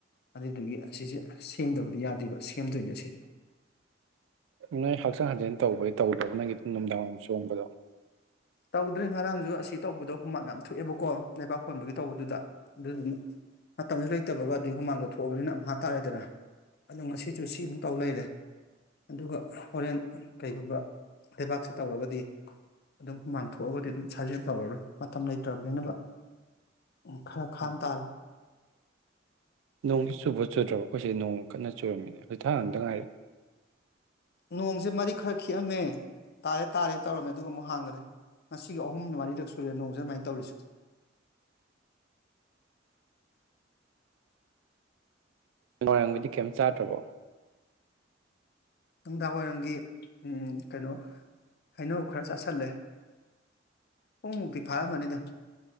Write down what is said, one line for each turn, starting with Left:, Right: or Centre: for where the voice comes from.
Left: ꯑꯗꯨꯏꯗꯨꯒꯤ ꯑꯁꯤꯁꯦ ꯁꯦꯝꯗꯕꯗꯤ ꯌꯥꯗꯦꯕ ꯁꯦꯝꯗꯣꯏꯅꯦ ꯑꯁꯤ
Right: ꯅꯣꯏ ꯍꯛꯆꯥꯡ ꯁꯥꯖꯦꯟ ꯇꯧꯕꯩ ꯇꯧꯗ꯭ꯔꯕꯣ ꯅꯪꯒꯤ ꯅꯨꯡꯗꯥꯡꯋꯥꯏꯔꯝ ꯆꯣꯡꯕꯗꯣ
Left: ꯇꯧꯗ꯭ꯔꯦ ꯉꯔꯥꯡꯁꯨ ꯑꯁꯤ ꯇꯧꯕꯗꯣ ꯍꯨꯃꯥꯡ ꯌꯥꯝ ꯊꯣꯛꯑꯦꯕꯀꯣ ꯂꯩꯕꯥꯛ ꯍꯣꯟꯕꯒꯤ ꯇꯧꯕꯗꯨꯗ ꯑꯗꯨꯗꯨꯅ ꯃꯇꯝꯁꯨ ꯂꯩꯇꯕꯒ ꯑꯗꯩ ꯍꯨꯃꯥꯡꯗꯣ ꯊꯣꯛꯑꯕꯅꯤꯅ ꯑꯝꯍꯥ ꯇꯥꯔꯦꯗꯅ ꯑꯗꯣ ꯉꯁꯤꯁꯨ ꯁꯤ ꯑꯃꯨꯛ ꯇꯧ ꯂꯩꯔꯦ ꯑꯗꯨꯒ ꯍꯣꯔꯦꯟ ꯀꯩꯒꯨꯝꯕ ꯂꯩꯕꯥꯛꯁꯦ ꯇꯧꯔꯒꯗꯤ ꯑꯗꯨꯝ ꯍꯨꯃꯥꯡ ꯊꯣꯛꯑꯒꯗꯤ ꯑꯗꯨꯝ ꯁꯥꯖꯦꯜ ꯇꯧꯔꯔꯣꯏ ꯃꯇꯝ ꯂꯩꯇ꯭ꯔꯕꯅꯤꯅ ꯎꯝ ꯈꯔ ꯈꯥꯡ
Right: ꯑꯣ
Left: ꯇꯥꯔꯦ
Right: ꯅꯣꯡꯗꯤ ꯆꯨꯕ ꯆꯨꯗ꯭ꯔꯕꯣ ꯑꯈꯣꯏꯁꯤ ꯅꯣꯡ ꯀꯟꯅ ꯆꯨꯔꯝꯃꯤꯅꯤ ꯍꯧꯖꯤꯛꯇ ꯍꯥꯡꯗ ꯉꯥꯏꯔꯤ
Left: ꯅꯣꯡꯁꯦ ꯃꯔꯤꯛ ꯈꯔ ꯈꯤꯛꯑꯝꯃꯦ ꯇꯥꯔꯦ ꯇꯥꯔꯦꯅ ꯇꯧꯔꯝꯃꯦ ꯑꯗꯨꯒ ꯑꯃꯨꯛ ꯍꯥꯡꯈ꯭ꯔꯦ ꯉꯁꯤꯒꯤ ꯑꯍꯨꯝ ꯃꯔꯤꯔꯛ ꯁꯨꯔꯦ ꯅꯣꯡꯖꯦ ꯑꯗꯨꯃꯥꯏꯅ ꯇꯧꯔꯤꯁꯦ
Right: ꯅꯨꯡꯗꯥꯡꯋꯥꯏꯔꯝꯒꯤꯗꯤ ꯀꯩꯝ ꯆꯥꯗ꯭ꯔꯕꯣ
Left: ꯅꯨꯡꯗꯥꯡꯋꯥꯏꯔꯝꯒꯤ ꯎꯝ ꯀꯩꯅꯣ ꯍꯩꯅꯧ ꯈꯔ ꯆꯥꯥꯁꯜꯂꯦ ꯄꯨꯡꯃꯨꯛꯇꯤ ꯐꯥꯔꯝꯃꯅꯤꯗ